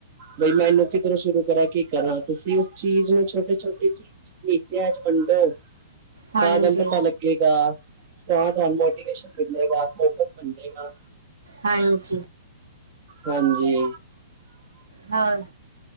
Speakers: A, on the right; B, on the right.
A: ਬਈ ਮੈਂ ਇਹਨੂੰ ਕਿਧਰੋਂ ਸ਼ੁਰੂ ਕਰਾਂ ਕਿ ਕਰਾਂ ਤੁਸੀਂ ਉਸ ਚੀਜ਼ ਨੂੰ ਛੋਟੇ- ਛੋਟੇ ਚ ਹਿਸਿਆਂ ਚ ਵੰਡੋ
B: ਹਾਂਜੀ
A: ਤਾਂ ਤੁਹਾਨੂੰ ਪਤਾ ਲੱਗੇਗਾ। ਤਾਂ ਤੁਹਾਨੂੰ ਮੋਟੀਵੇਸ਼ਨ ਮਿਲੇਗਾ, ਫੋਕਸ ਮਿਲੇਗਾ
B: ਹਾਂਜੀ।
A: ਹਾਂਜੀ।
B: ਹੋਰ,